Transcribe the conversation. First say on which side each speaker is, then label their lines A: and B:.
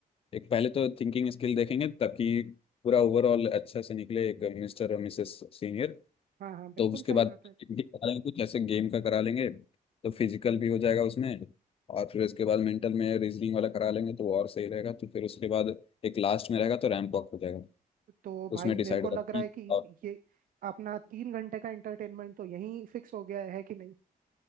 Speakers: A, on the left (about 40°); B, on the right (about 65°).
A: एक पहले तो थिंकिंग स्किल देखेंगे ताकि पूरा ओवरऑल अच्छा से निकले एक मिस्टर और मिसेस सीनियर
B: हाँ हाँ बिल्कुल
A: तो उसके
B: सही
A: बाद
B: बात
A: activity
B: है
A: करा लेंगे कुछ ऐसे गेम का करा लेंगे तो फिजिकल भी हो जाएगा उसमें और फिर इसके बाद मेंटल में रीजनिंग वाला करा लेंगे तो और सही रहेगा तो फिर उसके बाद एक लास्ट में रहेगा तो रैंप वॉक हो जाएगा
B: तो भाई
A: उसमें डिसाइड
B: मेरे को
A: होगा
B: लग
A: कि
B: रहा है कि
A: और
B: ये अपना तीन घंटे का एंटरटेनमेंट तो यहीं फिक्स हो गया है कि नहीं